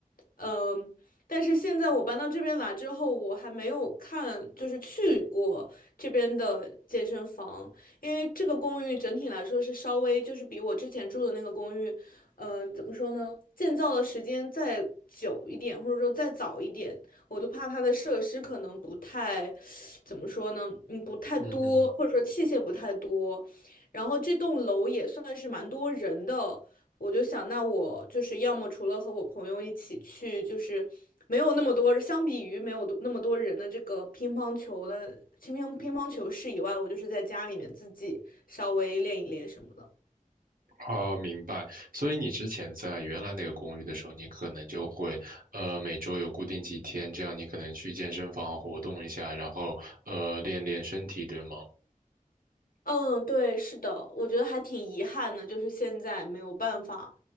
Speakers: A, on the left; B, on the right.
A: 嗯，但是现在我搬到这边来之后，我还没有看，就是去过这边的健身房，因为这个公寓整体来说是稍微就是比我之前住的那个公寓，嗯，怎么说呢，建造的时间再久一点，或者说再早一点，我都怕它的设施可能不太，怎么说呢，嗯，不太多，
B: 嗯哼，
A: 或者说器械不太多，然后这栋楼也算是蛮多人的。我就想，那我就是要么除了和我朋友一起去，就是没有那么多，相比于没有多那么多人的这个乒乓球的乒乓乒乓球室以外，我就是在家里面自己稍微练一练什么的。
B: 好，明白。所以你之前在原来那个公寓的时候，你可能就会，呃，每周有固定几天，这样你可能去健身房活动一下，然后呃，练练身体，对吗？
A: 嗯，对，是的，我觉得还挺遗憾的，就是现在没有办法，